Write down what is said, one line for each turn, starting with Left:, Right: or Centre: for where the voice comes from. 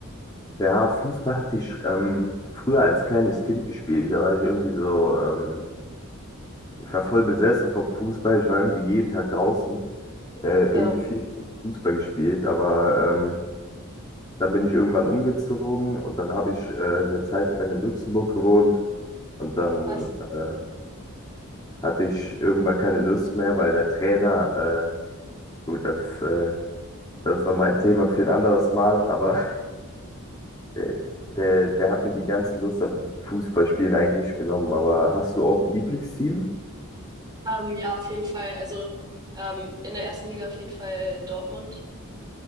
Left: Ja, Fußball hatte ich ähm, früher als kleines Kind gespielt. Da war ich irgendwie so, ähm, ich war voll besessen vom Fußball. Ich war irgendwie jeden Tag draußen, äh, irgendwie
Right: Ja,
Left: vier Stunden Fußball gespielt. Aber ähm, dann bin ich irgendwann umgezogen und dann habe ich äh, eine Zeit lang in Luxemburg gewohnt. Und dann
Right: was?
Left: äh, hatte ich irgendwann keine Lust mehr, weil der Trainer, äh, gut, das ist, äh, das ist nochmal ein Thema für ein anderes Mal, aber <laughs> äh, der, der hat mir die ganze Lust am Fußballspielen eigentlich genommen. Aber hast du auch ein Lieblingsteam?
Right: Ähm, ja, auf jeden Fall. Also ähm, in der ersten Liga auf jeden Fall Dortmund.